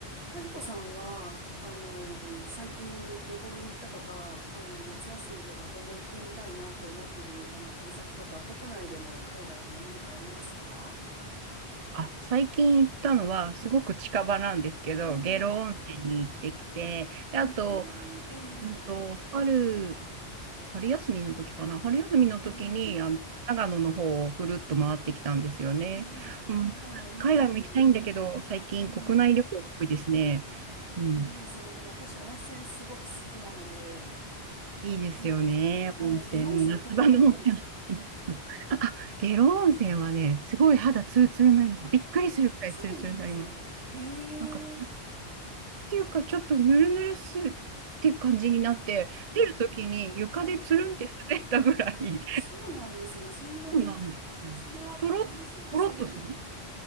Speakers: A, on the right; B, on the right.
A: かよこさんは、あのー最近旅行に行ったとか、あの、夏休みとか今後行ってみたいなって思ってる、あの、旅先とか、国内でも海外でも何かありますか
B: あ、最近行ったのは、すごく近場なんですけど、
A: ええ、
B: 下呂温泉に行ってきて、で、あと、
A: うーん、ええ、
B: うんと、春、春休みの時かな、春休みの時に、
A: ええ、
B: あの、長野の方をぐるっと回ってきたんですよね。
A: ええあ、
B: うん、
A: 長野いいですね。
B: 海外も行きたいんだけど、最近国内旅行が多いですね。
A: ええ、あ、
B: うん、
A: いいですね。でも私、温泉すごく好きなので、
B: いいですよね、
A: でも、はい、
B: 温泉。
A: 下呂温泉行ったことないです。
B: 夏場の温泉は好きです。<laughs> あ、下呂温泉はね、すごい肌ツルツルになります。
A: あ、
B: びっくりするくらいツルツルになります。
A: そうなんですね。へえ、
B: なんか、ていうか、ちょっとぬるぬるすって感じになって、
A: ええあ、
B: 出るときに床でつるんって滑ったぐらい、
A: はい。えそうなんですね。そんなに、
B: そうなんですよ。
A: それは、
B: とろっ、
A: あれですね。
B: とろっとする。
A: 成分が。